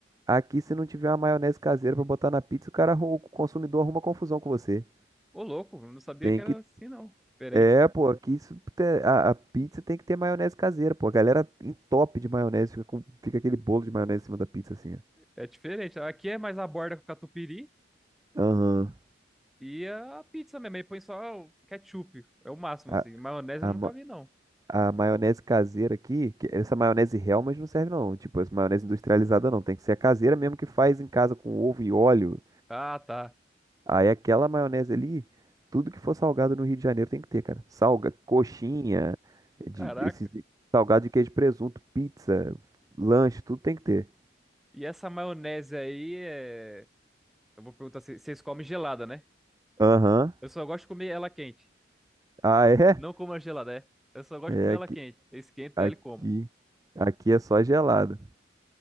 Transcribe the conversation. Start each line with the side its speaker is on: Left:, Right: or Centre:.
Right: Aqui, se não tiver uma maionese caseira pra botar na pizza, o cara, arru- o consumidor arruma confusão com você.
Centre: Ô, louco, eu não sabia
Right: Tem
Centre: que era
Right: que.
Centre: assim, não. Diferente.
Right: É, pô, aqui isso te- a, a pizza tem que ter maionese caseira, pô. A galera entope de maionese, fica, com- fica aquele bolo de maionese em cima da pizza, assim, ó.
Centre: É diferente. Aqui é mais a borda com catupiry
Right: Aham.
Centre: e a pizza mesmo. Aí põe só o ketchup. É o máximo,
Right: A,
Centre: assim. Maionese
Right: a,
Centre: eu nunca
Right: ma-
Centre: vi, não.
Right: a maionese caseira aqui, que essa maionese Hellmann's não serve, não. Tipo, essa maionese industrializada não. Tem que ser a caseira mesmo que faz em casa com ovo e óleo.
Centre: Ah, tá.
Right: Aí aquela maionese ali, tudo que for salgado no Rio de Janeiro tem que ter, cara. Salga, coxinha,
Centre: Caraca.
Right: de, esses salgado de queijo e presunto, pizza, lanche, tudo tem que ter.
Centre: E essa maionese aí é. Eu vou perguntar se se vocês comem gelada, né?
Right: Aham.
Centre: Eu só gosto de comer ela quente.
Right: Ah, é?
Centre: Não como a gelada, é. Eu só gosto
Right: É
Centre: de comer ela
Right: aqui,
Centre: quente. Esquenta
Right: aqui,
Centre: ela e como.
Right: aqui é só gelado.